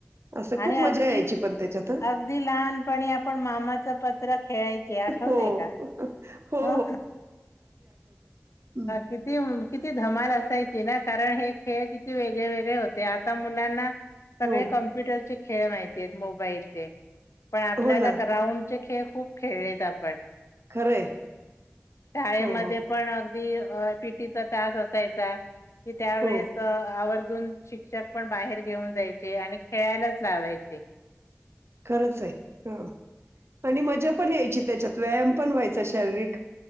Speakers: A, on the right; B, on the left.
A: असं खूप
B: आणि
A: मजा
B: अगदी
A: यायची पण त्याच्यात
B: अगदी लहानपणी आपण मामाच पत्र खेळायचे आठवतय
A: हो,
B: का
A: हो,
B: ह
A: ह
B: किती किती धमाल असायची ना कारण हे खेळ किती वेगळे वेगळे होते आता मुलांना सगळे
A: हो,
B: कम्प्युटरचे खेळ माहिती आहेत मोबाईलचे पण आपल्याला
A: हो ना.
B: ग्राउंडचे खेळ खूप खेळलेत आपण
A: खरंय.
B: शाळेमध्ये
A: हो, हो,
B: पण अगदी पीटीचा तास असायचा की त्यावेळेस
A: हो.
B: आवर्जून शिक्षक पण बाहेर घेऊन जायचे आणि खेळायलाच लावायचे
A: खरंच आहे ह आणि मजा पण यायची त्याच्यात व्यायाम पण व्हायचा शारीरिक